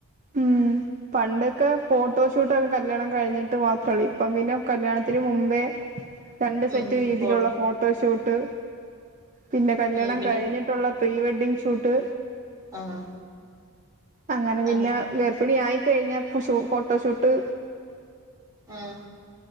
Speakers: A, on the right (about 35°); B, on the right (about 15°).
A: ഉം പണ്ടൊക്കെ ഫോട്ടോഷൂട്ടൊക്കെ കല്യാണം കഴിഞ്ഞിട്ട് മാത്രല്ലേ ഇപ്പം പിന്നെ കല്യാണത്തിന് മുമ്പേ രണ്ട് സെറ്റ്
B: ഉം
A: രീതിയിലുള്ള
B: പോട്ടെ
A: ഫോട്ടോഷൂട്ട് പിന്നെ കല്യാണം
B: ഉം പിന്നെ
A: കഴിഞ്ഞിട്ട് ട്ടുള്ള പ്രീ വെഡ്ഡിംഗ് ഷൂട്ട്
B: ആഹ്
A: അങ്ങനെ പിന്നെ
B: ആഹ്
A: ഗർഫിണി ആയിക്കഴിഞ്ഞാ പുഷ് ഫോട്ടോഷൂട്ട്
B: ആഹ്